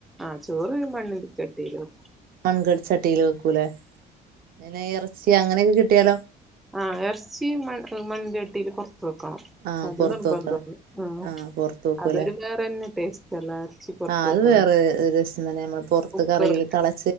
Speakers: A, in the centre; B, on the right.
A: ആഹ് ചോറ് മണ്ണിന്റെ ചട്ടിലും.
B: <unintelligible> ചട്ടിയിൽ വെക്കൂല്ലേ പിന്നെ ഇറച്ചി അങ്ങനെയൊക്കെ കിട്ടിയാലോ
A: ആഹ് ഇറച്ചി മണ് മണ്ണ്ചട്ടിൽ പുറത്ത് വെക്കണം.
B: ആഹ്
A: അത്
B: പുറത്ത്
A: നിർബന്ധ
B: വെക്കണം
A: അത് ആഹ്
B: പുറത്ത് വെക്കൂല്ലേ
A: അതൊരു വേറെന്നെ ടേസ്റ്റ് അല്ല. പൊറത്ത്
B: ആഹ് അത്
A: വെക്കുന്നെ
B: വേറെ ഒരു രസം തന്നെ നമ്മള് പുറത്ത്
A: കുക്കറില്
B: കറിയില് തിള